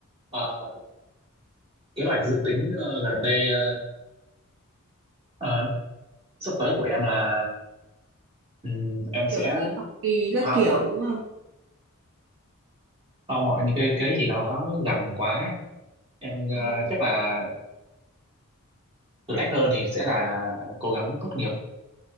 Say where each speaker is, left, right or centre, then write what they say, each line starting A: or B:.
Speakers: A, on the right (about 25°); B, on the right (about 55°).
A: Ờ, kế hoạch dự tính ờ, gần đây ờ, ờ, sắp tới của em là ừm, em
B: Kiểu
A: sẽ
B: thi học kỳ các
A: học
B: kiểu đúng không?
A: không ạ những cái cái đấy thì nó gần quá em ờ,
B: Ừ.
A: chắc là thử thách hơn thì sẽ là cố gắng tốt nghiệp